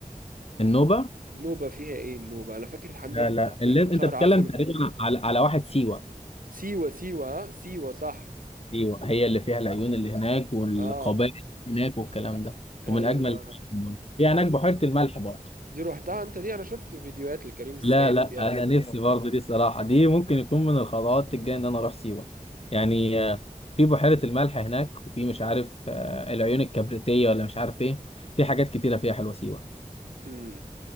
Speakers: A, on the left; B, on the right.
A: النوبه
B: النوبه فيها ايه النوبه انا فاكر عندي
A: لا
B: واحد
A: لا
B: صاحبي
A: اللي
B: كان
A: انت
B: شهر
A: بتتكلم
B: عسل
A: تقريبا على على واحد سيوه
B: سيوة سيوة ها سيوة صح
A: ايوه هي اللي فيها العيون اللي هناك والقبائل
B: اه
A: اللي هناك والكلام ده
B: ايوه
A: ومن اجمل في هناك بحيره الملح برضه
B: دي روحتها انت دي انا شفت فيديوهات لكريم السيد
A: لا لا
B: فيها بس
A: انا
B: ما
A: نفسي
B: روحتش
A: برضه دي صراحه دي ممكن يكون من الخطوات الجايه ان انا اروح سيوه يعني آه، في بحيره الملح هناك وفي مش عارف آه، العيون الكبريتيه ولا مش عارف ايه في حاجات كتيره فيها حلوه سيوه
B: امم